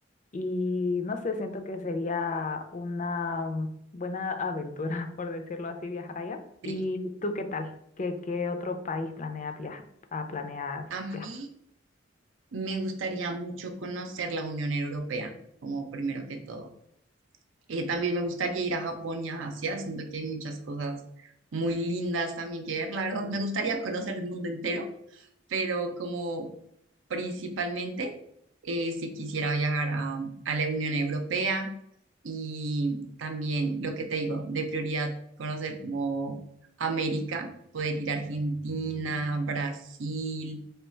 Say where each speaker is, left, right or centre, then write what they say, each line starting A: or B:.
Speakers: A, on the left; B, on the right.
A: Y no sé, siento que sería una buena aventura, <laughs> por decirlo así, viajar allá.
B: Sí.
A: ¿Y tú qué tal? ¿Qué, qué otro país planeas viajar? planeas
B: A mí
A: viajar?
B: me gustaría mucho conocer la Unión Europea, como primero que todo. Eh, también me gustaría ir a Japón y a Asia, siento que hay muchas cosas muy lindas también que ver. La verdad, me gustaría conocer el mundo entero, pero como principalmente, eh, si quisiera viajar a, a la Unión Europea y también lo que te digo, de prioridad, conocer como América, poder ir a Argentina, Brasil